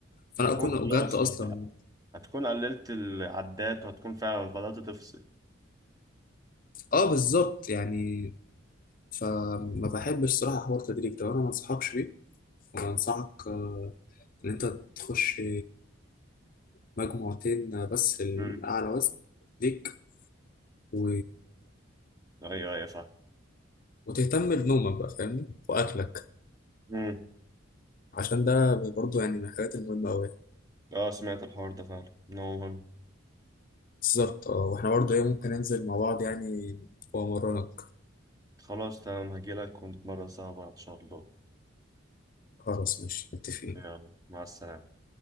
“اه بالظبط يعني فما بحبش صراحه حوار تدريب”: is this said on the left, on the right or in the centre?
Left